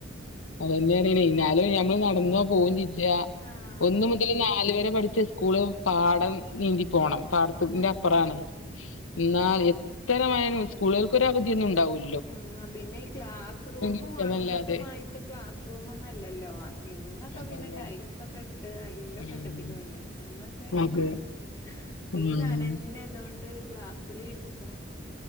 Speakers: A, on the left; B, on the left.
A: അതന്നെറിയണേ എന്നാലും ഞമ്മള് നടന്ന പോകും ചെയ്ജ
B: ആഹ്
A: ഒന്ന് മുതൽ നാല് വരെ പഠിച്ച സ്കൂള് പാടം നീന്തി പോണം പാടത്തിന്റെ
B: ആഹ്
A: അപ്പുറാണ്. എന്നാൽ എത്രമായയാലും സ്കൂളുകളിൽ അവധിയൊന്നും ഉണ്ടാവൂല്ല.
B: ആഹ് പിന്നെ ഈ ക്ലാസ് റൂം
A: എടുക്കാന്നല്ലാതെ
B: അന്നത്തെമായിട്ട് ക്ലാസ് റൂമൊന്നുല്ലല്ലോ ഇന്ന ന്നക്കെ
A: അതന്നെ
B: പിന്നെ ടൈൽസ് ഒക്കെ ഇട്ട് നല്ല
A: ഉം
B: സെറ്റപ്പിലല്ലേ അന്നാ യെന്ന്ഈ
A: അതെ ഉം
B: നനഞ്ഞതോണ്ട് ക്ലാസ്സില് ഇരിക്കും.